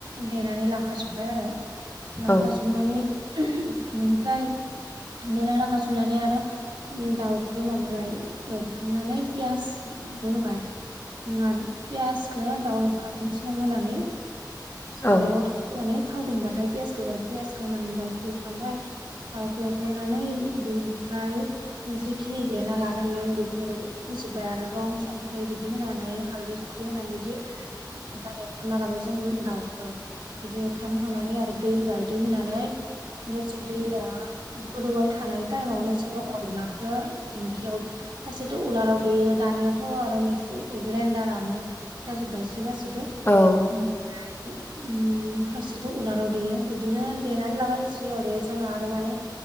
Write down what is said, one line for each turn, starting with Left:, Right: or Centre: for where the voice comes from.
Right: देनानै लाखाजोब्बाय आरो लाखाजोबनानै
Left: औ
Right: बेनिफ्राय बे र खासुमनानै आरो दाउखौ माबाबाय एवफ्रामनानै पियासबो होबाय। नोंहा पियासखौ दाउ एवफ्रामन सिगां होनानै। सारायाव
Left: औ
Right: थाव होनानै थाव दुंबाथाय पियास होबाय पियास होनानै दाउखौ एवफ्रामबाय दाउखौ एवफ्रामनानै बेनिफ्राय जिखिनि देना लादोंमोन बेखौ होजोबबाय आरो रं संख्रि बिदि होनानै हालदै सं संख्रि होनानै बिदि मोजांायाव खालामना लाबाय जों दाउखौ बिदि अरथामखांनानै आरो दै होबाय दै होनानै दसे दैया गोदौबाय थानाय टाइमावनो जोङो अनलाखौ दिंखियाव खायसेथ' उलाराव देयो दानियाथ' आरो मिक्सि ग्राइडारानो जाजोब्बायसो गासैबो
Left: औ
Right: ओमफ्राय खासेथ' उलाराव देयो बिदिनो देनानै लाबाय याव दे जोंहा आरो माने